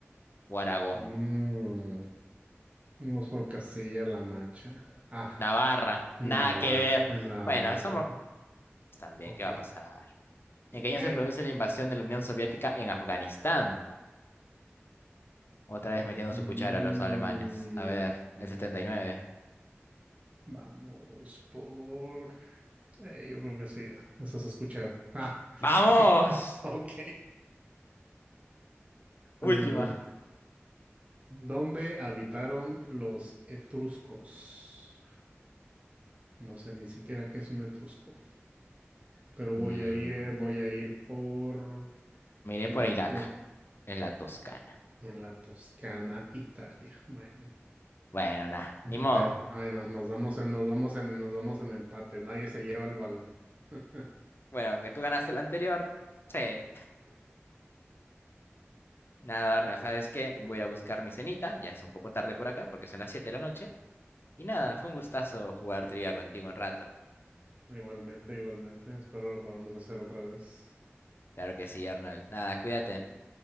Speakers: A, on the left; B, on the right.
A: O Aragón.
B: Mm, Vamos por Castilla-La Mancha. Ah,
A: Navarra,
B: Navarra,
A: nada que ver.
B: Navarra.
A: Bueno, somos también,
B: Ok.
A: ¿qué va a pasar? ¿En qué año
B: ¿Qué?
A: se produce la invasión de la Unión Soviética en Afganistán? Otra vez metiendo
B: Mm,
A: su cuchara a los alemanes. A ver,
B: mm,
A: el setenta y nueve.
B: Vamos por Eh, yo creo que sí, eso se escucha. Ah,
A: ¡Vamos!
B: ok, ok.
A: Última.
B: Eh, ¿dónde habitaron los etruscos? No sé ni siquiera qué es un etrusco, pero voy
A: Mm,
B: a ir, voy a ir por
A: miré
B: punto
A: por Irak, en la Toscana.
B: en la Toscana, Italia. Bueno,
A: Bueno, nada,
B: eh,
A: ni modo.
B: bueno, bueno, nos vamos en, nos vamos en, nos vamos en empate. Nadie se lleva el balón. <laughs>
A: Bueno, aunque tú ganaste la anterior, sí. Nada, Arnold,
B: Ok,
A: ¿sabes qué? Voy a ir a buscar mi cenita. Ya es un poco tarde por acá porque son las 7 de la noche. Y nada,
B: ok.
A: fue un gustazo jugar trivia contigo un rato.
B: Igualmente, igualmente. Espero lo podamos hacer otra vez.
A: Claro que sí, Arnold. Nada, cuídate.